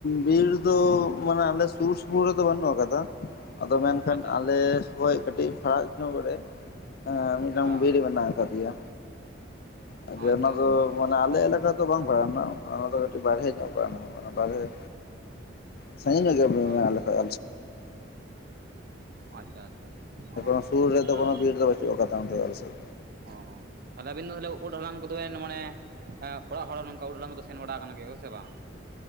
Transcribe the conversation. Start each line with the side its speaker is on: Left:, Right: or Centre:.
Left: ᱵᱤᱨ ᱫᱚ ᱢᱟᱱᱮ ᱟᱞᱮ ᱥᱩᱨ ᱥᱩᱯᱩᱨ ᱨᱮᱫᱚ ᱵᱟᱹᱱᱩᱜ ᱟᱠᱟᱫᱟ ᱟᱫᱚ ᱢᱮᱱᱠᱷᱟᱱ
Right: ᱟᱪᱪᱷᱟ ᱟᱪᱪᱷᱟ
Left: ᱟᱞᱮ ᱠᱷᱚᱱ ᱠᱟᱹᱴᱤᱡ ᱯᱷᱟᱨᱟᱠ ᱧᱚᱜ ᱨᱮ ᱮᱸ ᱢᱤᱫᱴᱟᱝ
Right: ᱦᱮᱸ
Left: ᱵᱤᱨ ᱢᱮᱱᱟᱜ ᱟᱠᱟᱫᱮᱭᱟ᱾ ᱟᱫᱚ
Right: ᱟᱪᱪᱷᱟ
Left: ᱚᱱᱟ ᱫᱚ
Right: ᱟᱪᱪᱷᱟ
Left: ᱢᱟᱱᱮ ᱟᱞᱮ ᱮᱞᱟᱠᱟ ᱫᱚ ᱵᱟᱝ ᱯᱟᱣᱱᱟ ᱚᱱᱟ ᱫᱚ ᱠᱟᱹᱴᱤᱡ ᱵᱟᱨᱦᱮ ᱧᱚᱜ ᱯᱟᱲᱟᱜ <unintelligible> ᱵᱟᱨᱦᱮ ᱥᱟᱹᱜᱤᱧ ᱧᱚᱜ ᱜᱮ᱾
Right: ᱚᱸ᱾
Left: <unintelligible> ᱟᱨ ᱚᱱᱟ ᱠᱷᱚᱡ
Right: ᱟᱪᱪᱷᱟ ᱟᱪᱪᱷᱟ ᱚ
Left: ᱦᱚ ᱥᱩᱨ ᱨᱮᱫᱚ
Right: ᱚᱱᱟ
Left: ᱠᱳᱱᱳ ᱵᱤᱨ ᱫᱚ ᱵᱟᱹᱪᱩᱜ ᱟᱠᱟᱫᱟ ᱚᱱᱛᱮ ᱟᱞᱮ ᱥᱮᱡ᱾
Right: ᱚᱸ ᱛᱟᱦᱚᱞᱮ ᱟᱵᱤᱱ ᱫᱚ ᱵᱚᱞᱮ ᱩᱫ ᱦᱚᱞᱟᱝ ᱠᱚᱫᱚ ᱵᱮᱱ ᱢᱟᱱᱮ ᱮᱸ ᱚᱲᱟᱜ ᱦᱚᱲ ᱱᱚᱝᱠᱟ ᱩᱫ ᱦᱟᱞᱟᱝ ᱠᱚᱫᱚ ᱥᱮᱱ ᱵᱟᱲᱟ ᱠᱟᱱᱟ ᱜᱮᱭᱟ ᱥᱮ ᱵᱟᱝ?